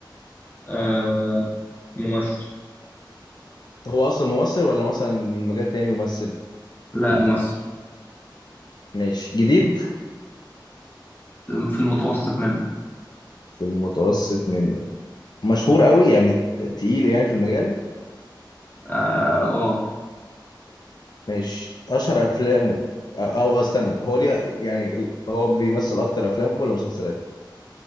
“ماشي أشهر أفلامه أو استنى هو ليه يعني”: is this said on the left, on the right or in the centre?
Left